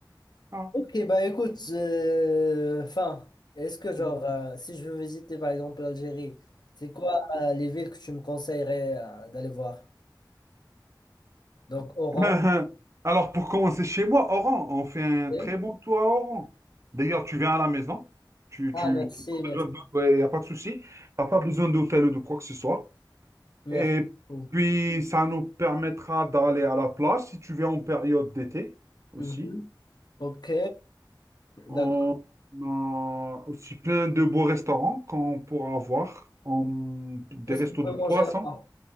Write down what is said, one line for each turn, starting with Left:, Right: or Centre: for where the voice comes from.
Right: Voilà.
Left: Ok, bah écoute, euh, enfin, est-ce que genre,
Right: Mhm.
Left: euh, si je veux visiter par exemple l'Algérie, c'est quoi euh, les villes que tu me conseillerais euh, d'aller voir? Donc, Oran.
Right: Mhm. <laughs> Alors, pour commencer chez moi, Oran, on fait un
Left: oui.
Right: très bon tour à Oran. D'ailleurs, tu viens à la maison, tu,
Left: Ah,
Right: tu,
Left: merci,
Right: t'as pas
Left: merci.
Right: besoin de, il n'y a pas de souci, t'as pas besoin d'hôtel ou de quoi que ce soit.
Left: Merci.
Right: Et
Left: beaucoup.
Right: puis, ça nous permettra d'aller à la plage si tu viens en période d'été aussi.
Left: Mhm. Ok, d'accord.
Right: On a aussi plein de beaux restaurants qu'on pourra avoir. En- Des
Left: Qu'est-ce
Right: restos
Left: qu'on peut
Right: de poissons.
Left: manger là-bas?